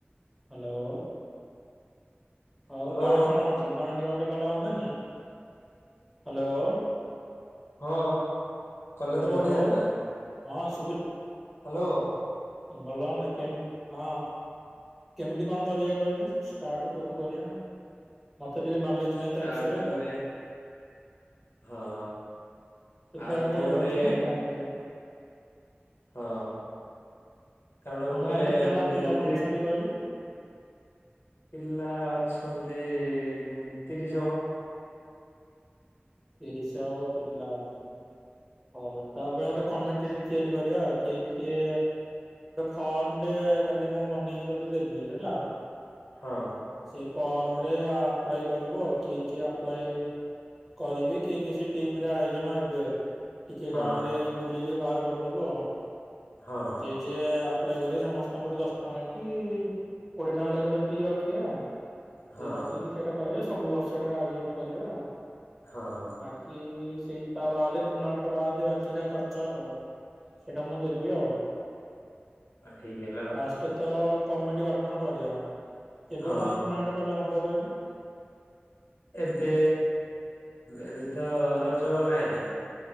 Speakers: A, in the centre; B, on the left (about 75°).
A: ହ୍ୟାଲୋ ହଉ
B: ହ୍ୟାଲୋ
A: ଗାଁରେ କଣ ଟୁର୍ନାମେଣ୍ଟ ଗୋଟେ ହଉନ୍ତନି। ହ୍ୟାଲୋ।
B: ହଁ କଲେ
A: ହ୍ୟାଲୋ
B: ତ ବଢିଆ ହନ୍ତା।
A: ହଁ ସୁବୁ
B: ହ୍ୟାଲୋ।
A: ଭଲହନ୍ତା କେମିତି ହଁ। କେମିତି କଣ କରିବା କହିଲୁ ଷ୍ଟାର୍ଟ କୋଉଠୁ କରିବା? ମତେ ଟିକେ ନଲେଜ
B: ଷ୍ଟାର୍ଟ
A: ନହିଁ ତା ବିଷୟରେ ତ।
B: କରିବା ହଁ
A: ତୁ
B: ଆଉ
A: ଖେଳା
B: ଗୋଟେ
A: ଖେଳି କରିୁଛୁୁ ନା ଜାଣିଥିବୁ।
B: ହଁ କାରଣ
A: ଆମ
B: ଗୋଟେ
A: ଗାଁରେ କେତେ ଜଣ ପିଲା
B: ଯଦି
A: କଣ ଅଛନ୍ତି କହିଲୁ?
B: ପିଲା ଅଛନ୍ତି ତିରିଶ ହବ।
A: ତିରିଶ ହବ ପିଲା ଅଛନ୍ତି। ହଉ ତା ପାଇଁ ଗୋଟେ କମିଟି ଟେ ତିଆରି କରିବା। କିଏ କିଏ ଗୋଟେ ଫର୍ମ ଟେ କାଲି ମୁଁ ବନେଇକି ତତେ ଦେବି ହେଲା।
B: ହଁ।
A: ସେଇ ଫର୍ମ ରେ ଆପ୍ଲାଏ କରିବ କିଏ କିଏ ଆପ୍ଲାଏ କରିବେ କିଏ କିଏ ସେ ଟିମରେ ଆୟୋଜନ ହେବେ ଟିକେ
B: ହଁ
A: ଗାଁ ରେ ବୁଲ ଟିକେ ବାହାର କରିଦୋବ ଆଉ।
B: ହଁ
A: ଯେ ଯେ ଯିଏ ଆପ୍ଲାଏ କରିବେ ସମସ୍ତଙ୍କଠୁ ଦଶ ଟଙ୍କା କି କୋଡିଏ ଟଙ୍କା ଲାଗେ ଗୋଟେ ଫି ରଖିବା।
B: ହଁ
A: ସେ ରଖିକି ସେଇଟା କରିବା ସବୁ ବର୍ଷ ଏଇଟା ଆୟୋଜନ କରିବା ଆଉ।
B: ହଁ।
A: ବାକି ସେଇ ତା ବାଦେ ଟୁର୍ଣ୍ଣାମେଣ୍ଟ ବାଦେ ବାକି ଯାହା ଖର୍ଚ୍ଚ ହବ। ସେଇଟା ମୁଁ ଦେବି ଆଉ।
B: ହୋଉ ଠିକ୍ ହେଲା ଆଉ।
A: ଫାଷ୍ଟ ତ କମିଟି ଗଠନ କରିବା। କେବେ
B: ହଁ
A: କଣ ଟୁର୍ଣ୍ଣାମେଣ୍ଟ କଲେ ହବ କହିଲୁ?
B: ଏବେ ଏବେ ତ ରଜ ଗଲା ହେରି।